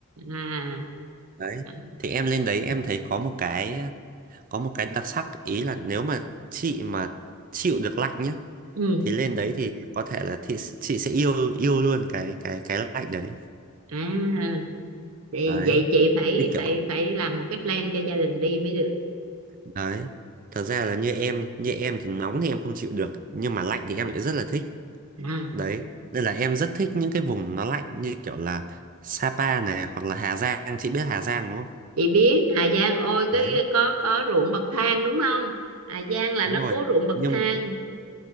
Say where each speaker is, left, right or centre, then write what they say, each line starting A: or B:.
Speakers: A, on the right; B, on the right.
A: à
B: Đấy.
A: à.
B: Thì em lên đấy em thấy có một cái có một cái đặc sắc ý là nếu mà chị mà chịu được lạnh nhá
A: ừ
B: thì lên đấy thì có thể là chị chị sẽ yêu yêu luôn cái cái cái lạnh đấy.
A: à thì
B: Đấy,
A: vậy chị phải
B: như kiểu
A: phải phải làm một cái plan cho gia đình đi mới được
B: đấy. Thật ra là như em, như em thì nóng thì em không chịu được, nhưng mà lạnh thì em lại rất là thích.
A: à
B: Đấy, nên là em rất thích những cái vùng nó lạnh như kiểu là Sapa này hoặc là Hà Giang, chị biết Hà Giang đúng không?
A: chị biết Hà Giang ôi cái
B: Đấy,
A: có có ruộng bậc thang đúng không Hà Giang là
B: đúng
A: nó
B: rồi.
A: có ruộng bậc
B: Nhưng
A: thang